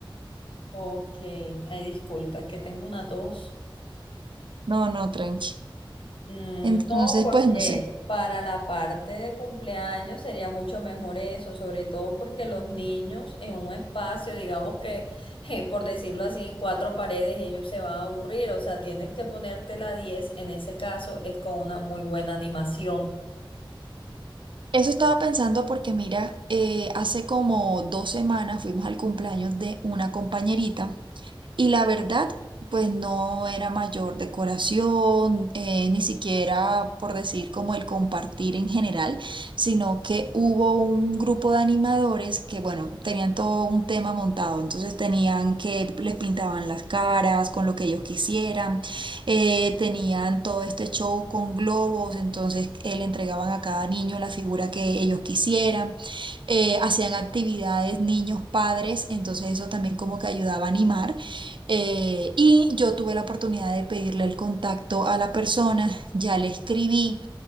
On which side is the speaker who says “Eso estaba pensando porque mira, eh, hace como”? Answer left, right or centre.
Right